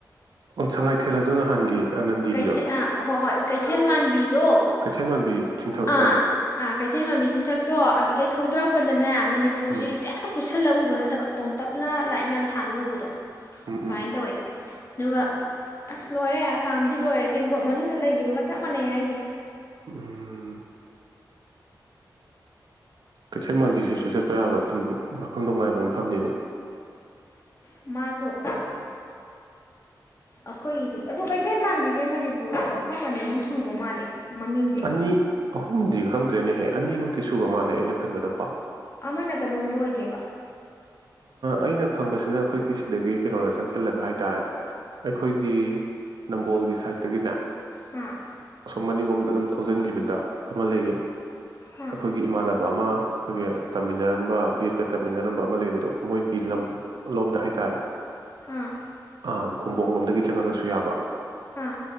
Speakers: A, on the right (about 70°); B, on the left (about 40°).
A: ꯑꯣ ꯁꯉꯥꯏꯊꯦꯜ ꯑꯗꯣ ꯅꯍꯥꯟꯒꯤ ꯅꯟꯗꯤꯒꯤꯗꯣ
B: ꯀꯩꯊꯦꯜ ꯍꯣꯏ ꯍꯣꯏ ꯀꯩꯊꯦꯜ ꯃꯥꯟꯕꯤꯗꯣ
A: ꯀꯩꯊꯦꯜ ꯃꯥꯟꯕꯤ ꯆꯤꯡꯊꯛ
B: ꯑꯥꯥ
A: ꯍꯣꯏ
B: ꯀꯩꯊꯦꯜ ꯃꯥꯟꯕꯤ ꯆꯤꯟꯊꯛꯇꯣ ꯑꯗꯨꯗꯩ ꯊꯧꯗꯔꯛꯄꯗꯅꯦꯅꯤ
A: ꯎꯝ
B: ꯁꯤ ꯎꯨꯞꯁꯜꯂꯒ ꯎꯕ ꯅꯠꯇꯕ ꯇꯣꯡꯇꯛꯅ ꯂꯥꯏꯠ ꯃꯌꯥꯝ ꯊꯥꯟꯕ ꯎꯕꯗꯣ
A: ꯎꯝ
B: ꯇꯥꯏ
A: ꯎꯝ
B: ꯇꯧꯋꯦ ꯑꯗꯨꯒ ꯑꯁ ꯂꯣꯏꯔꯦ ꯑꯁꯥꯝꯗꯤ ꯂꯣꯏꯔꯦ ꯇꯦꯡꯀꯣꯠ ꯃꯅꯨꯡꯗ ꯂꯩꯈꯤꯕꯒ ꯆꯞ ꯃꯥꯟꯅꯩ ꯍꯥꯏꯁꯦ
A: ꯎꯝ ꯀꯩꯊꯦꯜ ꯃꯥꯟꯕꯤꯁꯤꯁꯨ ꯆꯠꯄ ꯌꯥꯕ ꯑꯗꯨꯝ ꯃꯐꯝ ꯅꯨꯡꯉꯥꯏꯕ ꯃꯐꯝꯗꯨꯅꯤ
B: ꯃꯥꯁꯨꯛ ꯑꯩꯈꯣꯏꯒꯤꯗꯤ ꯑꯗꯣ ꯀꯩꯊꯦꯜ ꯃꯥꯟꯕꯤꯁꯦ ꯃꯅꯤꯄꯨꯔꯗ ꯃꯐꯝ ꯑꯅꯤ ꯑꯍꯨꯝ ꯁꯨꯕ ꯃꯥꯜꯂꯦ ꯃꯃꯤꯡꯁꯦ
A: ꯑꯅꯤ ꯑꯍꯨꯝꯗꯤ ꯈꯪꯗ꯭ꯔꯦꯅꯦꯍꯦ ꯑꯅꯤꯃꯛꯇ ꯤ ꯁꯨꯕ ꯃꯥꯜꯂꯦ ꯑꯩꯅ ꯈꯟꯕꯗꯀꯣ
B: ꯑꯃꯅ ꯀꯗꯣꯝꯗ ꯑꯣꯏꯒꯦꯕ
A: ꯑꯩꯅ ꯈꯪꯕꯁꯤꯅ ꯑꯩꯈꯣꯏꯒꯤ ꯁꯤꯗꯒꯤ ꯀꯩꯅꯣꯗ ꯆꯪꯁꯜꯂꯒ ꯍꯥꯏꯇꯥꯔꯦ ꯑꯩꯈꯣꯏꯒꯤ ꯅꯝꯕꯣꯜꯒꯤ ꯁꯥꯏꯠꯇꯒꯤꯅꯦ
B: ꯑ
A: ꯁꯁꯣꯝ ꯃꯅꯤꯡꯂꯣꯝꯗ ꯑꯗꯨꯝ ꯊꯧꯖꯟꯈꯤꯕꯗ ꯑꯃ ꯂꯩꯌꯦ
B: ꯑꯥ
A: ꯑꯩꯈꯣꯏꯒꯤ ꯏꯃꯥꯟꯅꯕ <inaudible> ꯑꯃ ꯑꯩꯈꯣꯏꯒꯤ ꯇꯝꯃꯤꯟꯅꯔꯝꯕ ꯕꯤ ꯑꯦꯗꯀ ꯇꯝꯃꯤꯟꯅꯔꯝꯕ ꯑꯃ ꯂꯩꯕꯗ ꯑꯗꯣ ꯃꯣꯏꯒꯤ ꯂꯝ ꯂꯣꯝꯗ ꯍꯥꯏꯇꯥꯔꯦ
B: ꯑꯥ
A: ꯑꯝ ꯈꯣꯡꯕꯣꯡ ꯂꯣꯝꯗꯒꯤ ꯆꯪꯉꯒꯁꯨ ꯌꯥꯕ
B: ꯑꯥ